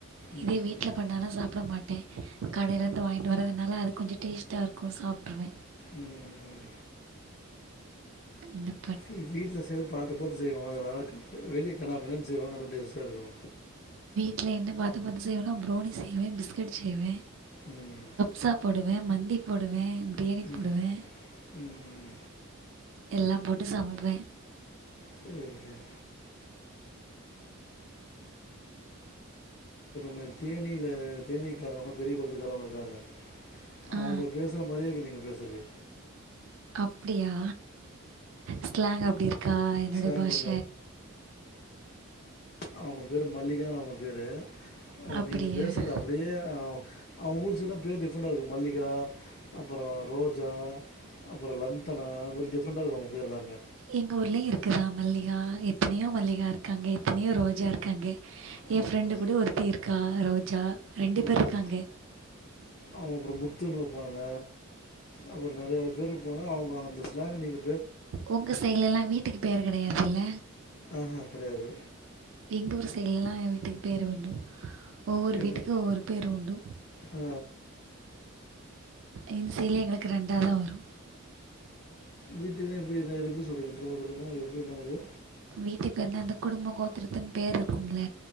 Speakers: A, on the left; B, on the right.
A: ம்
B: இதே வீட்ல பண்ணானா சாப்ட மாட்டே கடைலருந்து வாங்கிட்டு வரதுனால அது கொஞ்ச டேஸ்ட்டா இருக்கு சாப்ட்ருவ
A: ம்
B: இன்ன
A: சி வீட்ல செய்றது பாத்து பாத்து செய்வோ அதனால <unintelligible> வெளிய கன்னா பின்னான் செய்வாங்க ஆனா டேஸ்ட்டா இருக்கு
B: லே என்ன பாத்து பாத்து செய்வன்னா ப்ரௌனி செய்வே பிஸ்கெட் செய்வே
A: ம்,
B: சாப்புடுவே மந்தி போடுவே பிரியாணி
A: ம்,
B: போடுவே
A: ம்.
B: எல்லாம் போட்டு சமைப்பே
A: சரி சரி ம தேனீல தேனீ காரவ்னா பெரிய கொளத்துக்காரவ்ங்க இருக்காங்க அவுங்க
B: ஆ
A: பேசுற மாரியே இருக்கு நீங்க பேசுறது
B: அப்டியா ஸ்லாங் அப்டி இருக்கா என்னோட
A: ஸ்லாங்
B: பாஷ
A: அவுங்க பேரு மல்லிகானு அவுங்க பேரு ஓ
B: அப்படியா
A: நீங்க பேசுறது அப்டியே ஆவ் அவ்ங் ஊர் சைட்லா பேர் டிஃப்ரெண்டா இருக்கு மல்லிகா அப்பறொ ரோஜா அப்பறொ லந்த்தனா த மாரி டிஃப் ரண்ட்டா இருக்கு அவுங்க பேர் எல்லாமே
B: எங்க ஊர்லயு இருக்குதா மல்லிகா எத்தனையோ மல்லிகா இருக்காங்க எத்தனையோ ரோஜா இருக்காங்க ஏ
A: ஆமாம்
B: ஃப்ரெண்டு கூட ஒருத்தி இருக்கா ரோஜா ரெண்டு
A: ம்
B: பேர் இருக்காங்க
A: அவ அப்றொ முத்துனு இருப்பாங்க அப்றொ நறையா பேர் இர்ப்பாங்க அவுங்க அந்த ஸ் ஸ்லாங்கு நீங்க
B: உங்க சைட்லல்லா வீட்டுக்கு பேரு கெடையாதுல்ல
A: ஆஹா கடையாது
B: எங்க ஊர் செய்ட்லல்லா ஏ வீட்டுக் பேரு உண்டு ஒவ்வொரு
A: எப்படி
B: வீட்டுக்கு ஒவ்வொரு பேரு உண்டு
A: ஆ
B: இந் செய்ட்ல எங்களுக்கு ரெண்டாதா வரு
A: வீட்டுக்குனா எப்டி என்ன இது எப்டி சொல்றீங்க ப்ரோ சொல்றீங்க அது எப்டி என்னாது
B: வீட்டு பேர்னா அந்த குடும்பொ கோத்துரத்துன் பேர் இருக்கும்ல